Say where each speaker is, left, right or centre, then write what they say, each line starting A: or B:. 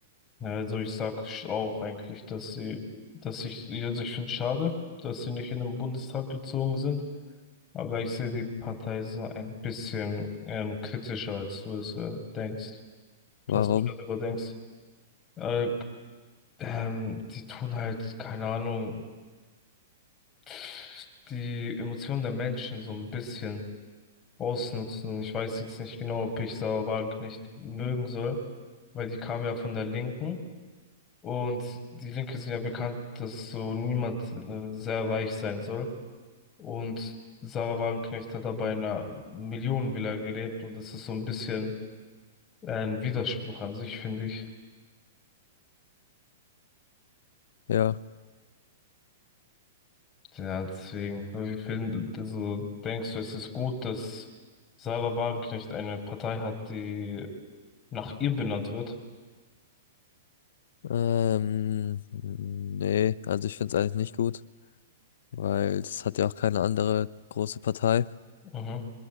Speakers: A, on the left; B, on the left.
A: Ja, also ich sag sch- auch eigentlich, dass sie, dass ich, also ich finde es schade, dass sie nicht in den Bundestag gezogen sind. Aber ich sehe die Partei so ein bisschen ähm, kritischer, als du es äh, denkst,
B: Warum?
A: als du darüber denkst. Äh, ähm, die tun halt, keine Ahnung, pff, die Emotionen der Menschen so ein bisschen ausnutzen. Ich weiß jetzt nicht genau, ob ich Sarah Wagenknecht nicht mögen soll, weil die kam ja von der Linken. Und die Linke sind ja bekannt, dass so niemand äh, sehr weich sein soll. Und Sarah Wagenknecht hat aber in einer Millionenvilla gelebt und das ist so ein bisschen äh, ein Widerspruch an sich, finde ich.
B: Ja.
A: Ja, deswegen, wie find, also denkst du, es ist gut, dass Sarah Wagenknecht eine Partei hat, die nach ihr benannt wird?
B: Ähm, nee, also ich finde es eigentlich nicht gut, weil es hat ja auch keine andere große Partei
A: Mhm.